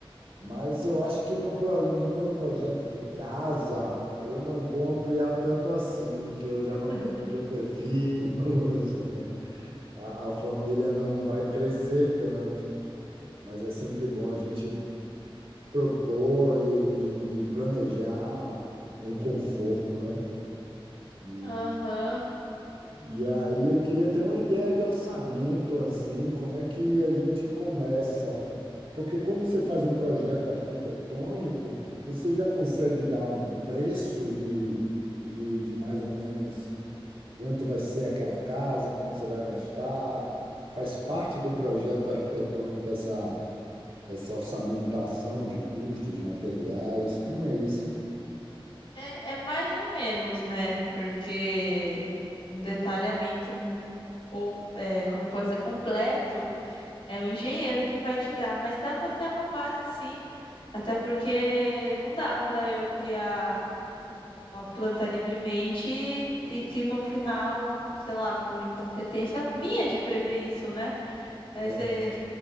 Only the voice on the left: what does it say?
<laughs>
aham.
É, é mais ou menos, né? Porque um detalhamento, co- é, como eu posso dizer, completo é o engenheiro que vai te dar, mas dá para ter uma base sim. Até porque não dá para eu criar. uma planta livremente e, que no final, sei lá, por incompetência minha de prever isso, né? É,
você,